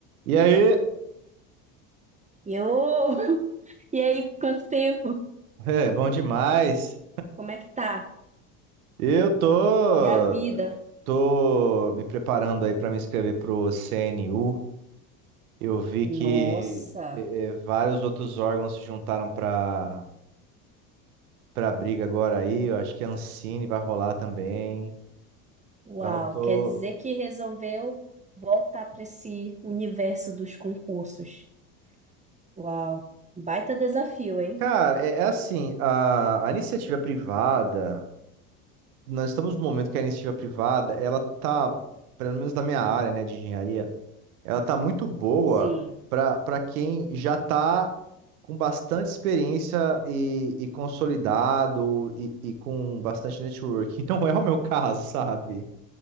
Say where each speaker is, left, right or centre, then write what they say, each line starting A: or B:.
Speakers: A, on the right (about 75°); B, on the right (about 15°).
A: E aí?
B: E eu, <laughs> e aí, quanto tempo?
A: É, bom demais.
B: Como é que tá?
A: Eu tô
B: E a vida?
A: tô me preparando aí para me inscrever pro CNU. Eu vi
B: Nossa,
A: que é, é, vários outros órgãos se juntaram para para briga agora aí. Eu acho que a Ancine vai rolar também.
B: uau,
A: Então eu tô,
B: quer dizer que resolveu voltar para esse universo dos concursos. Uau, baita desafio, hein?
A: cara, é, é assim, a, a iniciativa privada, nós estamos no momento que a iniciativa privada, ela tá, pelo menos na minha área, né, de engenharia ela tá muito boa
B: Sim.
A: para para quem já tá com bastante experiência e, e consolidado e, e com bastante network. <laughs> E Não é o meu caso, sabe?